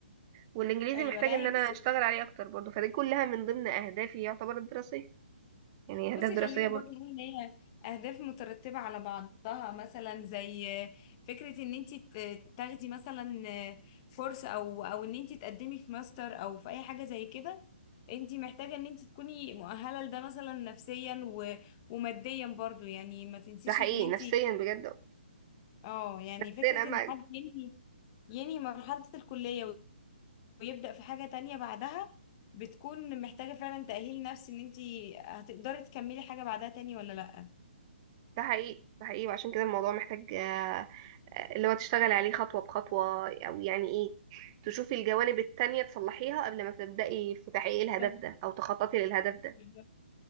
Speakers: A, on the right (about 30°); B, on the left (about 30°).
A: والانجليزي
B: ايوه
A: محتاج
B: لا
A: ان
B: هي
A: انا
B: بصي
A: اشتغل عليه اكتر برضو فدي كلها من ضمن اهدافي يعتبر الدراسيه يعني اهداف
B: بصي
A: دراسيه
B: خلينا برضه
A: برضو
B: نقول ان هي اهداف مترتبه على بعضها مثلا زي فكره ان انت تاخدي مثلا كورس او او ان انت تقدمي في ماستر او في اي حاجه زي كده انت محتاجه ان انت تكوني مؤهله لده مثلا نفسيا و... وماديا برضه يعني ما تنسيش
A: ده حقيقي
B: ان انت
A: نفسيا بجد
B: اه يعني
A: نفسيا
B: فكره
A: اهم
B: ان حد ينهي ينهي مرحله الكليه ويبدأ في حاجة تانية بعدها بتكون محتاجة فعلا تأهيل نفسي ان انتي هتقدري تكملي حاجة بعدها تاني ولا لأ
A: ده حقيقي ده حقيقي وعشان كده الموضوع محتاج آه، آه، اللي هو تشتغل عليه خطوة بخطوة أو يعني إيه تشوفي الجوانب التانية تصلحيها قبل ما تبدأي في تحقيق الهدف
B: بالظبط
A: ده أو تخططي للهدف ده
B: بالظبط.